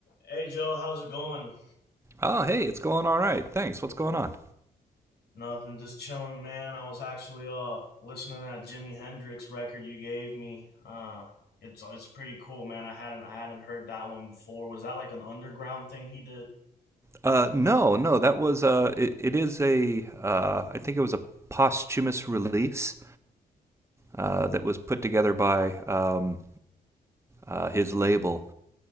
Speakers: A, on the left; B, on the right.
A: Hey Joe, how's it going?
B: Oh, hey, it's going all right. Thanks. What's going on?
A: Nothing, just chilling, man. I was actually uh listening to that Jimi Hendrix record you gave me. Uh, it's it's pretty cool, man. I hadn't I hadn't heard that one before. Was that like an underground thing he did?
B: Uh, no, no, that was uh, it, it is a uh, I think it was a posthumous release uh, that was put together by um, uh, his label.